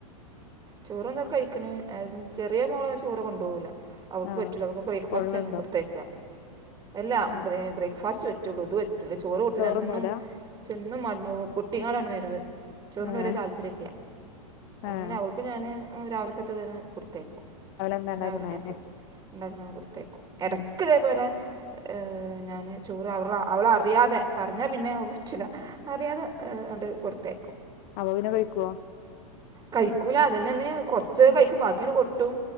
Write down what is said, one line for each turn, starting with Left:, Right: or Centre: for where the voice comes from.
Right: ചോറ് എന്തൊ കഴിക്കണ് ചെറിയ മോള് ചോറ് കൊണ്ടുപോവുല്ല അവൾക്ക്
Left: ആഹ്
Right: പറ്റൂല അവക്ക് ബ്രേക്ക്ഫാസ്റ്റ്റ്റ
Left: സ്കൂളിലുണ്ടോ
Right: ആണ് കൊടുത്തേക്കാ എല്ലാ
Left: ആഹ്
Right: ബ്രേ ബ്രേക്ക്ഫാസ്റ്റ് പറ്റുള്ളൂ ഇത് പറ്റു റ്റൂല ചോറ് കൊട്ത്ത്ക്ക
Left: ചോറുന്നൂല
Right: ഇന്നും ചെന്നും <unintelligible> പോ കൊട്ടിങ്ങാണ്ടാണ് വരവ് ചോറിനു
Left: ഏഹ്
Right: വലിയ താല്പര്യല്ല
Left: ഏഹ്
Right: പിന്നെ അവൾക്ക് ഞാന് രാവിലക്കത്തതാണ് കൊടുത്തേക്കും
Left: എന്താ ഉണ്ടാക്കണന്നെ
Right: രാവിലെ ഇണ്ടാക്കിയത് ഇണ്ടാക്കണത് കൊടുത്തേക്കും എടക്കിതേ
Left: ഉം
Right: പോലെ ഏ ഞാന് ചോറ് അവള് അവളറിയാതെ പറഞ്ഞാ പിന്നെ അവക്ക് പറ്റില്ല അറിയാതെ അങ്ങട് കൊട്ത്ത് അയക്കും
Left: അവൾ പിന്നെ കഴിക്കുവോ
Right: കഴിക്കൂല അതന്ന തന്നെ കൊറച്ച
Left: ഉം
Right: കഴിക്കും ബാക്കിയങ്ങട് കൊട്ടും